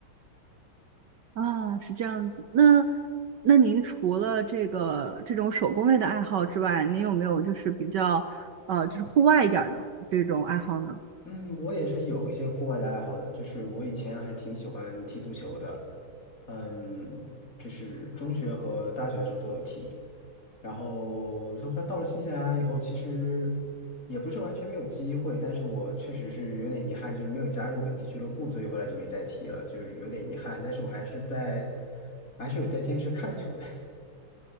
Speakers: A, on the right; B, on the left.
A: 啊，是这样子。那那您除了这个这种手工类的爱好之外，您有没有就是比较呃就是户外一点儿的这种爱好呢？
B: 嗯，我也是有一些户外的爱好的，就是我以前还挺喜欢踢足球的，嗯，就是中学和大学的时候都有踢。然后说到了新西兰以后，其实也不是完全没有机会，但是我确实是有点遗憾，就是没有加入本地俱乐部，所以后来就没再踢了，就是有点遗憾。但是我还是在，还是有在坚持看球的，